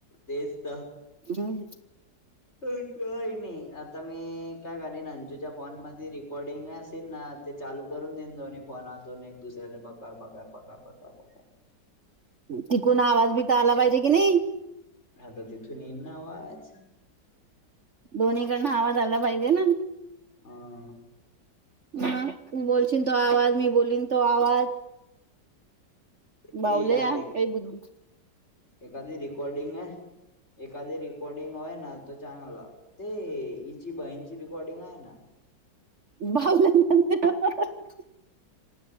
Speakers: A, on the left; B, on the right.
A: तेच तर.
B: हम्.
A: काही नाही आता मी काय कर प्लेन अंजूच्या अंजूच्या फोन म रेकॉर्डिंग असेल ना, ते चालू करून देईन दोन्ही फोनातून एक दुसऱ्याला, बकार बकार बकार बकार.
B: तिकून आवाज बिता आला पाहिजे कि नाही.
A: हाता तिथू यईल नावाज.
B: दोन्ही कडनं आवाज आला पाहिजे ना.
A: अं,
B: ह बोल. चि तो आवाज मी बोललीन तो आवाज. बावले
A: ए यार
B: या
A: एक
B: काय <unintelligible>
A: एखादी रेिकॉर्डिंग आहे. एखादी रेिकॉर्डिंग वय ना. चगला ते इ ची बहीणची रेकॉर्डिंग आहे ना.
B: बाव <unintelligible>